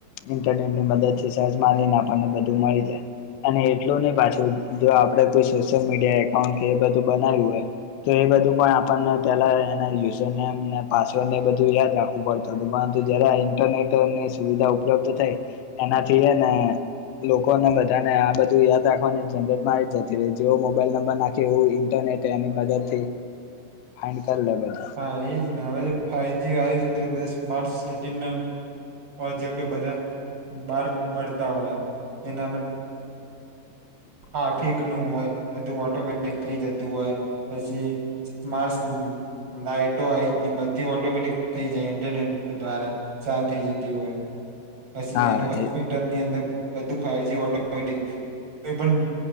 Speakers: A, on the left (about 90°); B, on the right (about 35°).
A: ઇન્ટરનેટ ની મદદ થી સર્ચમાં મારીયે આપણને બધું એવું મળી જાય અને એટલું નહી પાછું જો આપે કોઈ સોશિયલ મીડિયા એકાઉન્ટ કે એ બધું બનાવ્યું હોય તો એ બધું પણ આપણને પેલા એ ના યુઝ નેમને પાસવર્ડ ને બધું યાદ રાખવું પડતું હતું પરંતુ જયાર આ ઈન્ટરનેટની સુવિધા ઉપલબ્ધ થઈ એનાથીને લોકોને બધાને આ બધું યાદ રાખવાની ઝંઝટમારી જતી રહી જેવો મોબાઈલ નંબર નાખે એવું ઇન્ટરનેટે એની મદદ થી ફાઈ કર લે બધું
B: હા એજ હવે <unintelligible> હ આયુ <unintelligible> સ્માર્ટ સિટી ટીમ ના પ્રજેક્ટ બધા બાર મળતા હોય તેના હાફિક નું હોય બધું ઓટોમેટિક થઈ જતું હોય પછી મા લાઈટો આવી બધી ઓટોમેટિક થઈ જાય ઇન્ટરનેટ દ્વારા સાર થઈ જતી હોય પછી
A: હા
B: એને હોસ્પિટલ
A: એ
B: ની અંદર બધું ફાઈવ જી ઓટોમેટિક કોઈ પણ